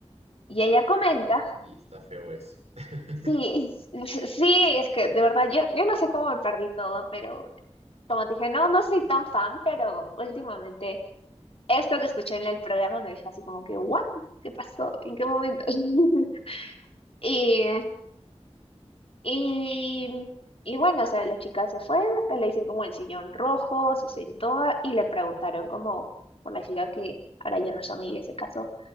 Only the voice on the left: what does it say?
y ella comenta,
sí, <laughs> sí, es que de verdad yo, yo no sé cómo me perdí todo, pero como te dije, no, no soy tan fan, pero últimamente esto que escuché en el programa me dejó así como que, wow, ¿qué pasó? ¿En qué momento? <laughs> Y, y, y bueno, o sea, la chica se fue, pues le dicen como el sillón rojo, se sentó y le preguntaron como por la chica que ahora ya no es amiga, y se casó,